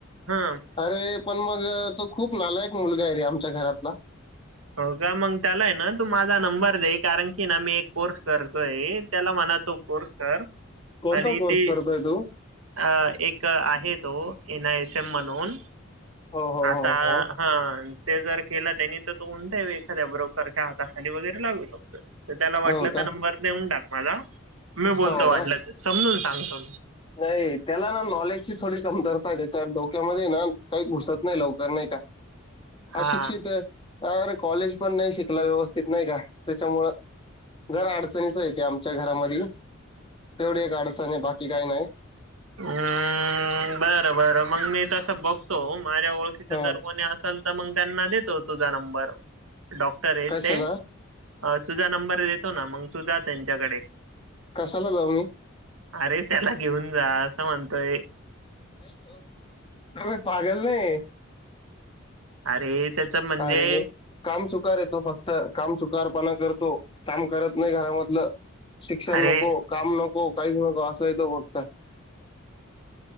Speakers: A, on the right (about 80°); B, on the left (about 25°).
A: हं
B: अरे पण मग तो खूप नालायक मुलगा आहे रे, आमच्या घरातला.
A: हो का मग त्याला आहे ना तू माझा नंबर दे कारण की ना मी एक कोर्स करतोय. त्याला म्हना कोर्स कर
B: कोणता
A: आणि
B: कोर्स
A: ती
B: करतोय तू
A: अ एक आहे तो एन आय एस एम म्हणून
B: हो हो
A: आता
B: हो हो
A: हा ते जर केलं त्यांनी तर तो उंता ये एखाद्या ब्रोकरच्या हाताखाली वगैरे लागू शकतो. तर त्याला वाटलं
B: हो का
A: तर नंबर देऊन टाक माझा मी बोलतो
B: हो
A: वाटलं
B: का
A: समजून सांगतो.
B: नाही त्याला ना नॉलेजची थोडी कमतरता य त्या डोक्यामध्ये ना काही घुसत नाही लवकर, नाही का.
A: हा
B: अशिक्षित अरे कॉलेज पण नाही शिक व्यवस्थित नाही का त्याच्यामूळ जरा अडचणीचं य ते आमच्या घरामधील तेवढी एक अडचण आहे बाकी काही नाही
A: हम्म बरं बरं मग मी तसं बघतो. माझ्या ओळखीच
B: हा
A: जर कोणी असेल तर मग त्यांना देतो तुझा नंबर डॉक्टर आहेत
B: कशाला
A: ते तुझा नंबर देतो ना मग तू जा त्यांच्याकडे
B: कशाला जाऊ मी
A: अरे त्याला घेऊन जा असं म्हणतोय.
B: नाही तो त पागल नाही.
A: अरे! त्याच म्हणजे
B: अरे काम चुकार आहे तो फक्त काम चुकारपणा करतो काम करत नाही घरामधलं शिक्षण
A: अरे
B: नको, काम नको. काहीच नको असंही तो फक्त.